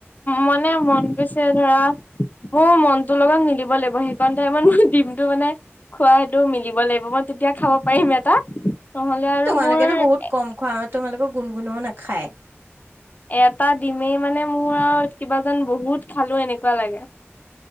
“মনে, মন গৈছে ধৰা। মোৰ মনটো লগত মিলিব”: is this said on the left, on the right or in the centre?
Left